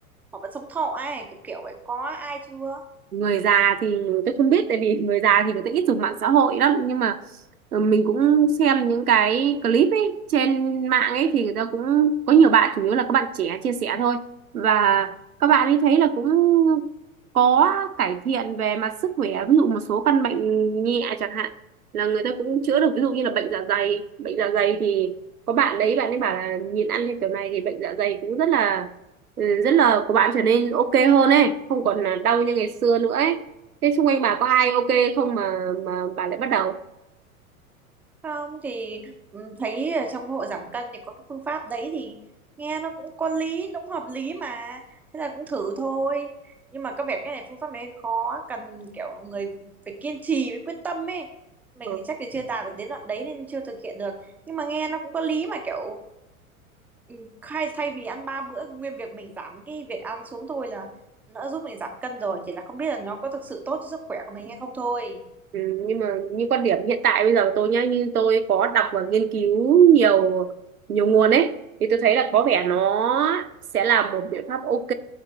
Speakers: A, in the centre; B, on the right.
A: họ vẫn sống thọ ấy kiểu kiểu vậy có ai chưa
B: người già thì tôi không biết tại vì người già thì người ta ít dùng mạng xã hội lắm nhưng mà ừ, mình cũng xem những cái clip ấy trên mạng ấy thì người ta cũng có nhiều bạn chủ yếu là các bạn trẻ chia sẻ thôi và các bạn ấy thấy là cũng có cải thiện về mặt sức khỏe ví dụ một số căn bệnh nhẹ chẳng hạn là người ta cũng chữa được ví dụ như là bệnh dạ dày bệnh dạ dày thì có bạn đấy bạn ấy bảo là nhìn ăn theo kiểu này thì bệnh dạ dày cũng rất là ừ, rất là của bạn trở nên ok hơn ấy không còn là đau như ngày xưa nữa ấy thế xung quanh bà có ai ok không mà mà bà lại bắt đầu
A: không thì ừ, thấy ở trong hội giảm cân thì có cái phương pháp đấy thì nghe nó cũng có lý nó cũng hợp lý mà thế là cũng thử thôi nhưng mà có vẻ cái này phương pháp này khó cần kiểu người phải kiên trì với quyết tâm ấy mình
B: Ờ.
A: thì chắc thì chưa đạt được đến đoạn đấy nên chưa thực hiện được nhưng mà nghe nó cũng có lý mà kiểu ừ, khai thay vì ăn ba bữa nguyên việc mình giảm cái việc ăn xuống thôi là nó giúp mình giảm cân rồi chỉ là không biết là nó có thực sự tốt cho sức khỏe của mình hay không thôi
B: Ừ, nhưng mà như quan điểm hiện tại bây giờ của tôi nhá như tôi có đọc và nghiên cứu nhiều nhiều nguồn ấy thì tôi thấy là có vẻ nó sẽ là một biện pháp ok